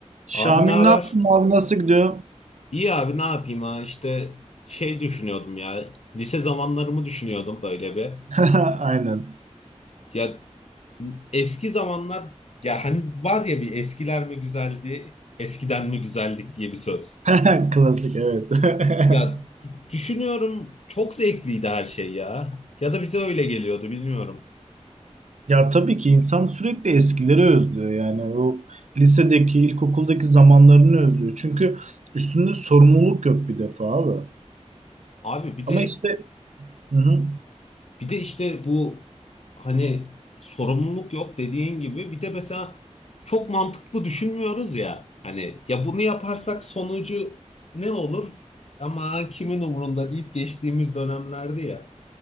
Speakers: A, on the right (about 70°); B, on the left (about 60°).
A: Şamil
B: Abi ne haber?
A: ne yaptın abi nasıl gidiyor?
B: İyi abi ne yapayım ha işte şey düşünüyordum ya lise zamanlarımı düşünüyordum böyle bir.
A: <laughs> Aynen.
B: Ya eski zamanlar ya hani var ya bir eskiler mi güzeldi eskiden mi güzeldik diye bir söz.
A: <laughs> Klasik evet.
B: Ya
A: <laughs>
B: düşünüyorum çok zevkliydi her şey ya. Ya da bize öyle geliyordu bilmiyorum.
A: Ya tabii ki insan sürekli eskileri özlüyor yani o lisedeki, ilkokuldaki zamanlarını özlüyor. Çünkü üstünde sorumluluk yok bir defa abi.
B: Abi bir
A: Ama
B: de
A: işte hı hı.
B: Bir de işte bu hani sorumluluk yok dediğin gibi bir de mesela çok mantıklı düşünmüyoruz ya. Hani ya bunu yaparsak sonucu ne olur? Ama kimin umurunda deyip geçtiğimiz dönemlerdi ya.